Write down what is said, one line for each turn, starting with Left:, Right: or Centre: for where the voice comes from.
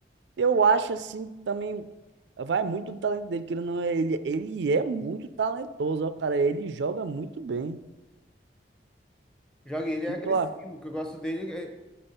Right: eu acho assim também vai muito do talento dele, querendo ou não, ele, ele é muito talentoso, ó, cara, ele joga muito bem. O
Centre: Joga e ele é
Right: que
Centre: agressivo.
Right: que tu acha?
Centre: O que eu gosto dele é,